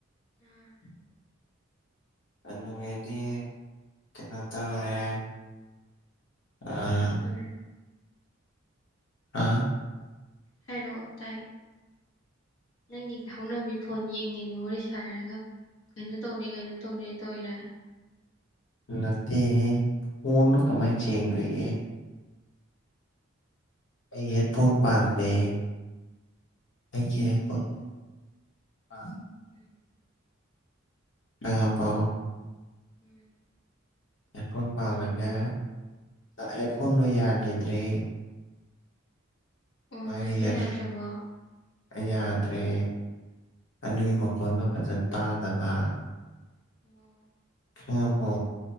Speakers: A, on the left; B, on the left.
A: ꯑꯥ
B: ꯑꯗꯨꯗꯤ ꯀꯩꯅꯣ ꯇꯧꯋꯔꯦ
A: ꯎꯝ
B: ꯑ
A: ꯀꯩꯗꯧꯔꯦ
B: ꯑꯥ
A: ꯍꯥꯏꯔꯣ ꯇꯥꯏ ꯅꯪꯒꯤ ꯍꯧꯅꯕꯤ ꯐꯣꯟ ꯌꯦꯡꯉꯦꯅꯦ ꯋꯥꯔꯤ ꯁꯥꯔꯒ ꯀꯩꯅꯩꯅ ꯇꯧꯔꯤ ꯀꯩꯅꯩꯅ ꯇꯧꯔꯤ ꯇꯧꯔꯤꯔ
B: ꯅꯠꯇ ꯍꯦ ꯄ ꯄꯨꯅ ꯀꯃꯥꯏ ꯆꯖꯦꯡꯅ ꯂꯩ ꯑꯩ ꯍꯦꯠ ꯐꯣꯟ
A: ꯎꯝ
B: ꯄꯥꯟꯗꯦ ꯑꯩ
A: ꯎꯝ
B: ꯑꯕꯣ
A: ꯎꯝ
B: ꯍꯦꯠꯐꯣꯟ ꯄꯥꯜꯂꯒ ꯍꯦꯠꯐꯣꯟꯗꯣ ꯌꯥꯈꯤꯗ꯭ꯔꯦ
A: ꯑꯣ
B: ꯃꯥꯒꯤ
A: ꯍꯦꯛꯁꯨ
B: ꯍꯦꯠ
A: ꯌꯥꯗ꯭ꯔꯕꯣ
B: ꯌꯥꯗ꯭ꯔꯦ ꯑꯗꯨꯒꯤ ꯃꯈꯣꯟꯗꯣ ꯐꯖ ꯇꯥꯗꯕ
A: ꯑꯣꯝ
B: ꯍꯕꯣ